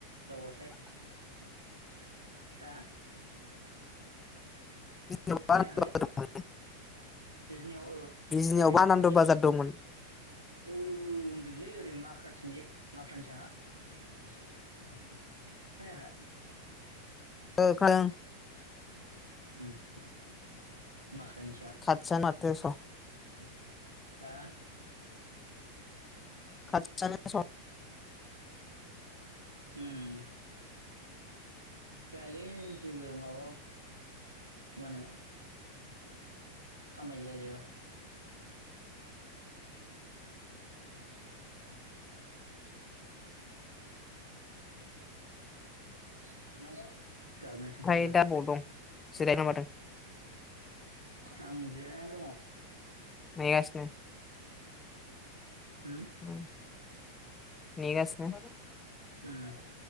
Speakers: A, on the right (about 85°); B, on the left (about 15°).
A: लावगाव साइद हा
B: <unintelligible>
A: खोनायाखै बिजनियाव ओ
B: बिजनियावबो
A: ओरै
B: आनान्द
A: माबाथिं
B: बाजार दंमोन
A: औ होनदोंलै ओरै माख्राथिंजाय माख्रानि साहा खोनायाखै?
B: औ खोनादों।
A: उम माख्रानि
B: खाथियानो माथोस'
A: हो
B: खाथियानो दस'
A: उम जायालै जेबो माबा मा होनो खामाय जाया जेबो <inaudible> <unintelligible> <inaudible> गाबनोसो
B: ओमफ्राय
A: ओंखारबाय
B: दा बबाव दं जिरायना मादों
A: आं आं जिरायना दङ।
B: नेगासिनो
A: <inaudible>
B: उम नेगासिनो
A: उम। <inaudible>